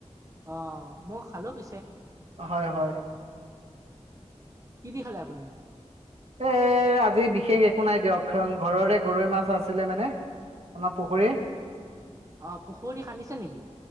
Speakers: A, on the right (about 25°); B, on the right (about 60°).
A: অ', মই খালো পিছে, -
B: হয় -হয়
A: কি দি খালে আপুনি?
B: এ', আজি বিশেষ একো নাই দিয়ক কাৰণ ঘৰৰে গৰৈ মাছ আছিলে মানে আমাৰ পুখুৰীৰ।
A: অ', পুখুৰী খান্দিছে নেকি?